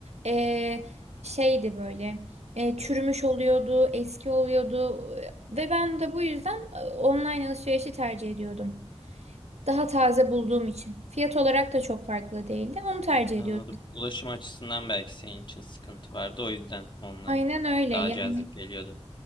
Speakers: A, on the right; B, on the left.
A: eee, şeydi böyle eee, çürümüş oluyordu, eski oluyordu eee, ve ben de bu yüzden eee, online alışverişi tercih ediyordum. Daha taze bulduğum için. Fiyat olarak da çok farklı değildi. Onu tercih
B: Anladım.
A: ediyordum.
B: Ulaşım açısından belki senin için sıkıntı vardı. O yüzden online
A: Aynen öyle.
B: daha
A: Yani
B: cazip geliyordu.